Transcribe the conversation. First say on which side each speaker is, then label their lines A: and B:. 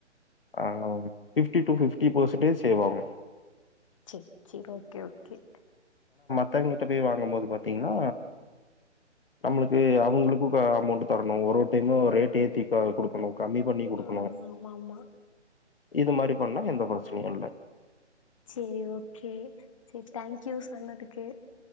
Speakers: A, on the left; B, on the left.
A: அஹ் fifty to fifty percentage save ஆகு
B: செர் செர் ஓகே ஓகே
A: த்தங்கிட்ட போய் வாங்கும் போது பாத்திங்கனா நம்ளுக்கு அவங்களுக்கு க அமௌண்ட் தரணு ஒரு ஒரு டைமு ரேட் ஏத்தி க குடுக்கணு கம்மி பண்ணி குடுக்ணு
B: ஆ ஆமா ஆமா
A: இது மாரி பண்ணா எந்த ப்ரச்சனையு இல்ல
B: செரி ஓகே செர் தேங்க்யூ சொன்னதுக்கு